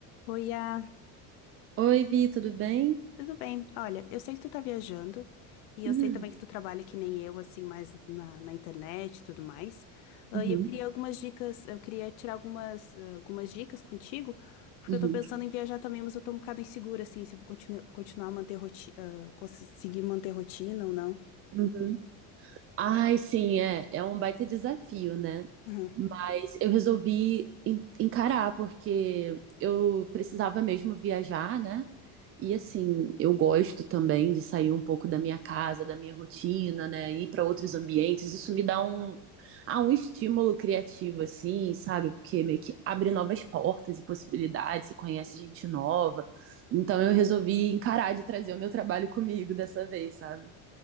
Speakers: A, on the left (about 80°); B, on the right (about 30°).
A: Oi, ah,
B: Oi, Vi, tudo bem?
A: tudo bem? Olha, eu sei que tu tá viajando e
B: Uhum,
A: eu sei também que tu trabalha que nem eu, assim, mais na, na internet e tudo mais. Ah,
B: uhum,
A: e eu queria algumas dicas, eu queria tirar algumas, ah, algumas dicas contigo, porque
B: uhum,
A: eu tô pensando em viajar também, mas eu tô um bocado insegura, assim, se eu vou continu continuar a manter rotina, conseguir manter rotina ou não.
B: uhum. Ai, sim, é. É um baita desafio, né?
A: Uhum.
B: Mas eu resolvi en- encarar, porque eu precisava mesmo viajar, né? E assim, eu gosto também de sair um pouco da minha casa, da minha rotina, né? Ir para outros ambientes. Isso me dá um, ah, um estímulo criativo, assim, sabe? Porque meio que abre novas portas e possibilidades, você conhece gente nova. Então eu resolvi encarar de trazer o meu trabalho comigo dessa vez, sabe?